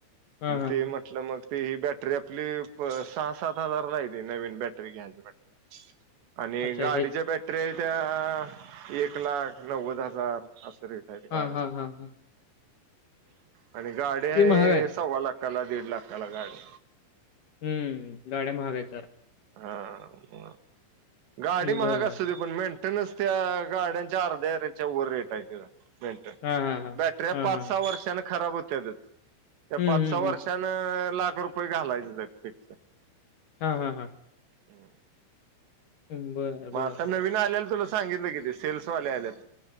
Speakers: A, on the left; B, on the right.
A: हां, हां,
B: ते
A: हां.
B: म्हटलं मग ते ही बॅटरी आपली सहा सात हजारला आहेे ते नवीन बॅटरी घ्यायची म्हणल्यावर आणि
A: अच्छा
B: गाडीच्या
A: हे
B: बॅटरी आहेत त्या एक लाख नव्वद हजार अस गाड्यां
A: हां, हां, हां, हां.
B: आणि गाडी आहे
A: ते महाग
B: सव्वा लाख त्याला दीड लाखाकाला गाडी
A: हम्म गाड्या महागाय जरा
B: हा गाडी
A: हं, बरं.
B: महाग असू दे पण मेंत गाड्यांच्या अर्ध्या अरच्या वर रेट आहे मिनट
A: हां, हां, हां.
B: बॅटरी
A: हां,
B: पाच
A: हां.
B: सहा वर्षांने खराब होत्यातच त्या
A: हं,
B: पाच
A: हं,
B: सहा
A: हं.
B: वर्षान लाख रुपये घालायचं फिक्स
A: हा हा हा
B: हम्म..
A: हं, बरं,
B: मग
A: बरं,
B: आता
A: बरं.
B: नवीन आलेला तुला सांगितलं कि, ते सेल्सवाले आलेत.